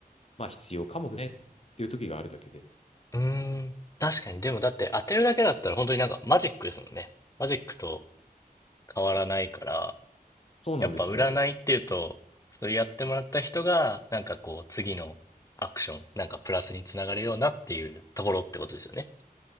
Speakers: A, on the left; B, on the left.
A: まあ必要かもねっていう時があるだけで。
B: うーん。確かに、でもだって当てるだけだったら本当になんかマジックですもんね。マジックと変わらないから、
A: そうなんですよ。
B: やっぱ占いっていうと、それやってもらった人が、なんかこう次のアクション、なんかプラスにつながるようなっていうところってことですよね。